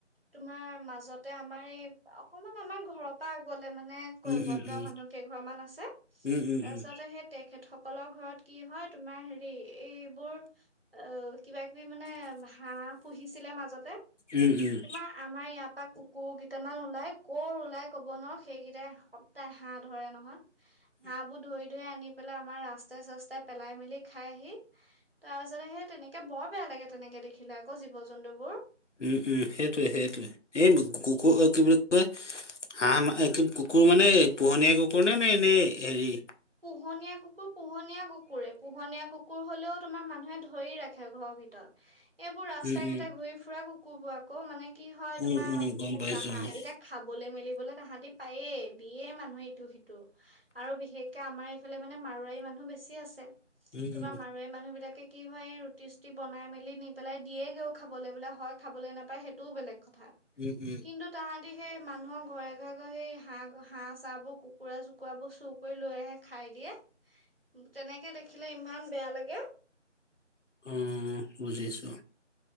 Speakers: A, on the right; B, on the left.
A: তোমাৰ মাজতে আমাৰ এই অকনমান। আমাৰ ঘৰৰ আগত। লে মানে কৈৱত্ব
B: উম, উম, উম,
A: মনুহকেইঘৰমান আছে
B: উম, উম,
A: তাৰপাছত
B: উম,
A: হেই তেখেতসক। অকলৰ ঘৰত কি হয় তোমাৰ হেৰি এইবোৰ অ কিবা কিবি মানে। হাঁ পুহিছিলে মাজতে
B: উম, উম,
A: তোমাৰ আমাৰ ইয়াৰ পৰা। কোৰ কেইটামান ওলাই কৰ ওলাই কব নোৱাৰ সেইকেইটাই সদায় হাঁহ ধৰে নহয়। হা বু ধই। ধ আনি পেলাই আমাৰ ৰাস্তাই চাস্তাই পেলাই মেলি খাইহি তাৰ পিছতে সেই তেনেকে বৰ বেয়া। লাগে তেনেকে দেখিলে। <unintelligible> জীৱ জন্তুবোৰ
B: উম উম সেইটোৱে সেইটোয়ে এই কুকো কি বুলি। হাঁহ কুকুৰ মানে পোহনীয়া কুকুৰনে নে এনেই হেৰি।
A: পোহনীয়া কুকুৰ পোহনীয়া কুকুৰে পোহনীয়া কুকুৰ। কুকুৰ হলেও তোমাৰ মানুহে ধৰি ৰাখে ঘৰৰ ভিতৰত এইবোৰ ৰাস্তাই
B: উম, উম,
A: ঘাটে ঘূৰি ফুৰা কুকুৰ। কব আকৌ মানে কি হয় তোমাৰ
B: উম, উম, গম পাইছো
A: তাহা
B: অ',
A: এতিযা খাবলৈ মিলি। বলিবলে তাহাঁতি পায়েই দিয়ে মানুহে ইটো সিটো আৰু বিশেষক। কে আমাৰ এইফালে মানে মাৰোৱাৰী মানুহ বেছি আছে
B: উম,
A: তোমাৰ
B: উম,
A: মাৰোৱাৰী মানুহ বিলাকে। কি হয় এই ৰুটি চুটি বনাই মেলি নি পেলাই দিয়েগৈও খাবলৈ বোলে হয় খাবলৈ নাপায় সেইটোও বেলেগ। কথা
B: উম, উম।
A: কিন্তু তাহাদি। সেই মানুহৰ ঘৰে ঘৰে গৈ সেই হাঁহ হাঁহ চাহ বোৰ কুকুৰা চুকুৰা বোৰ চুৰ কৰি লৈ আহে। খাই দিয়ে তেনেকে দেখিলে ইমান বেয়া লাগে।
B: ওম বুজিছো।